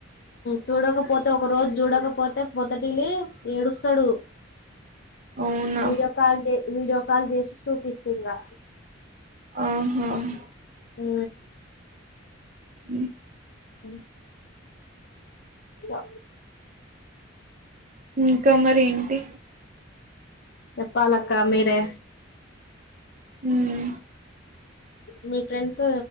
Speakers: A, on the left; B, on the right.
A: చూడకపోతే ఒక రోజు చూడకపో పోతే పోత లీ ఏడుస్తాడు
B: అవునా?
A: వీడియో కాల్ వీడియో కాల్ చేసి చూపిస్త ఇంగా
B: ఆహ
A: ఆ
B: అ
A: అ ఆ
B: ఉ ఇంకా మరి ఏంటి
A: చెప్పలక్క మీరే
B: హ్మ్.
A: మీ ఫ్రెండ్స్